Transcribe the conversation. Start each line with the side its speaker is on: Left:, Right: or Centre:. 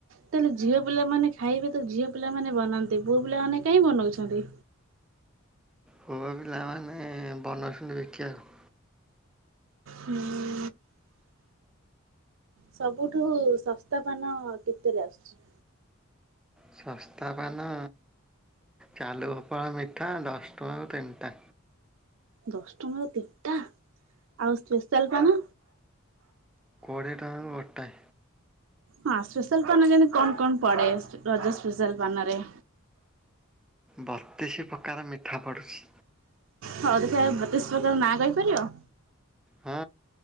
Right: ତାହେଲେ ଝିଅ ପିଲାମାନେ ଖାଇବେ ତ ଝିଅ ପିଲାମାନେ ବନାନ୍ତେ, ପୁଅ ପିଲାମାନେ କାଇଁ ବନଉଛନ୍ତି?
Centre: ପୁଅ ପିଲାମାନେ ବନୋଉଛନ୍ତି ବିକିବାକୁ।
Right: ହୁଁ। ସବୁଠୁ ଶସ୍ତା ପାନ କେତେରେ ଆସୁଛି?
Centre: ଶସ୍ତା ପାନ ଚାଲୁ ଗୋପାଳ ମିଠା ଦଶ ଟଙ୍କାକୁ ତିନିଟା।
Right: ଦଶ ଟଙ୍କାର ତିଣ୍ଟା, ଆଉ ସ୍ପେଶାଲ ପାନ?
Centre: କୋଡିଏ ଟଙ୍କାକୁ ଗୋଟାଏ।
Right: ହଁ ସ୍ପେଶାଲ ପାନ ଯେମତି କଣ କଣ ପଡେ, ରଜ ସ୍ପେଶାଲ ପାନରେ?
Centre: ବତିଶ ପ୍ରକାର ମିଠା ପଡ଼ୁଛି।
Right: ହଉ ଦେଖ, ବତିଶ ପ୍ରକାର ନାଁ କହିପାରିବ?
Centre: ହୁଁ।